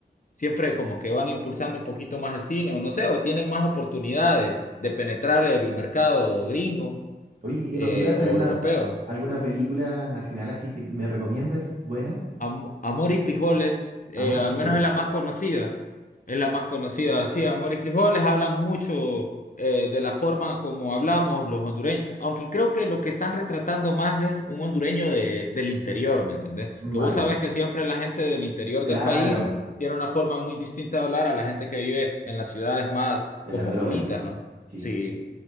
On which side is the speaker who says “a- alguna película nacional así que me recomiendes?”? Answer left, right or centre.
Right